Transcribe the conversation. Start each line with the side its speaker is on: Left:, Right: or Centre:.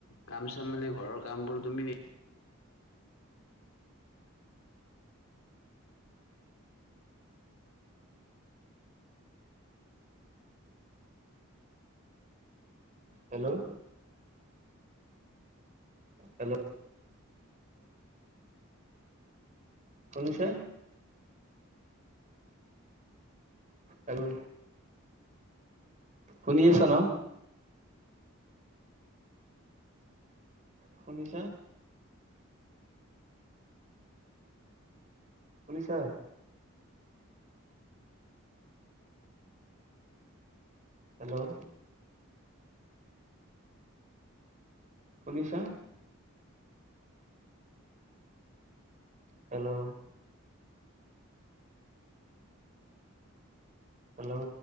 Left: কাম চাম মানে ঘৰৰ কাম বোৰ তুমি নি
Right: হেল্ল' হেল্ল' শুনিছে হেল্ল' শুনি আছা ন শুনিছা শুনিছা হেল্ল' শুনিছা হেল্ল' হেল্ল'